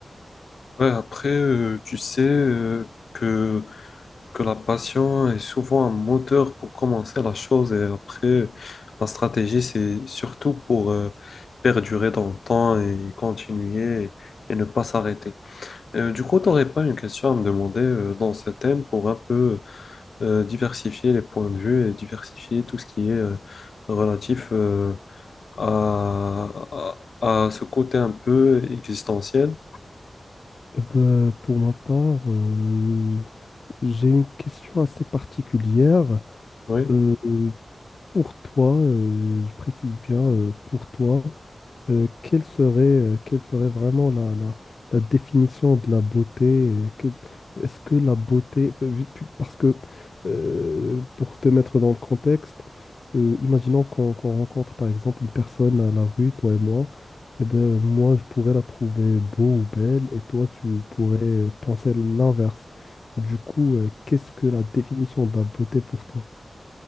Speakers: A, on the left; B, on the left.
A: Ouais, après, euh, tu sais euh, que, que la passion est souvent un moteur pour commencer la chose et après, la stratégie, c'est surtout pour euh, perdurer dans le temps et continuer et, ne pas s'arrêter. Euh, du coup, tu n'aurais pas une question à me demander euh, dans ce thème pour un peu euh, diversifier les points de vue et diversifier tout ce qui est euh, relatif euh, à, à, à ce côté un peu existentiel.
B: Eh ben, pour ma part, euh, j'ai une question assez particulière.
A: Oui.
B: Euh, pour toi, euh, je précise bien, euh, pour toi, euh, quelle serait, euh, quelle serait vraiment la, la, la définition de la beauté? euh, que- Est-ce que la beauté, pa- vu- pu- parce que euh, pour te mettre dans le contexte, euh, imaginons qu'on qu'on rencontre par exemple une personne à la rue, toi et moi, et ben moi je pourrais la trouver beau ou belle, et toi tu pourrais penser l'inverse. Du coup, euh, qu'est-ce que la définition de la beauté pour toi?